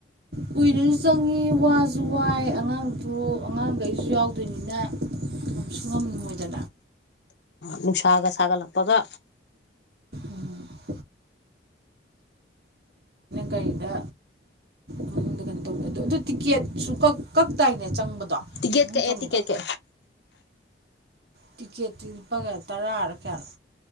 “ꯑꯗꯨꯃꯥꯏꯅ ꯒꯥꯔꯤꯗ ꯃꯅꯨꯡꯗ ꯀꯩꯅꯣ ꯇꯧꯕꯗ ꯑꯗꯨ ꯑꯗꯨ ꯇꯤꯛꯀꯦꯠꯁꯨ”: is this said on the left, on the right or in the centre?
Right